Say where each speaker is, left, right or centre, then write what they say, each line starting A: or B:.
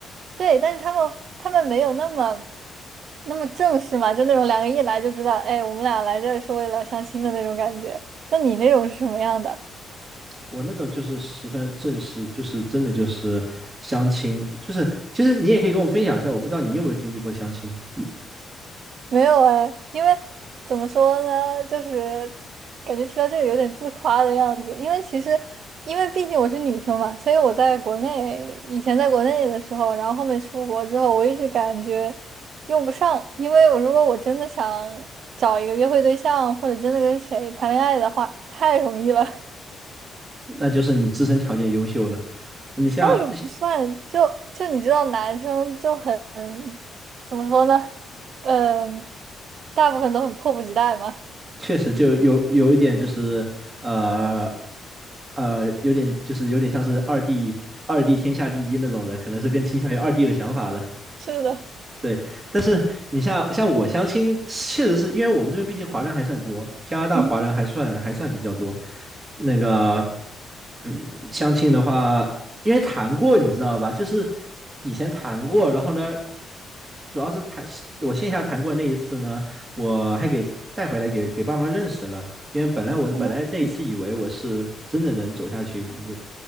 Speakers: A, on the right; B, on the right.
A: 对，但是他们他们没有那么。那么正式嘛，就那种两个一来就知道，哎，我们俩来这是为了相亲的那种感觉。那你那种是什么样的？
B: 我那种就是十分正式，就是真的就是相亲，就是其实你也可以跟我分享一下，我不知道你有没有经历过相亲，一
A: 没有哎，因为怎么说呢，就是感觉提到这个有点自夸的样子。因为其实，因为毕竟我是女生嘛，所以我在国内以前在国内的时候，然后后面出国之后，我一直感觉用不上。因为我如果我真的想找一个约会对象，或者真的跟谁谈恋爱的话，太容易了。
B: 那就是你自身条件优秀了，你像
A: 倒也不算，就就你知道，男生就很怎么说呢？嗯，大部分都很迫不及待嘛。
B: 确实就有有一点就是呃呃有点就是有点像是二弟二弟天下第一那种的，可能是更倾向于二弟的想法了。
A: 是的，
B: 对，但是你像像我相亲，确实是因为我们这边毕竟华人还算多，加拿大华人还算还算比较多，
A: 嗯
B: 那个，嗯，相亲的话，因为谈过，你知道吧？就是以前谈过，然后呢，主要是谈我线下谈过那一次呢，我还给带回来给给爸妈认识了。因为本来我本来那一次以为我是真的能走下去，
A: 嗯。
B: 你知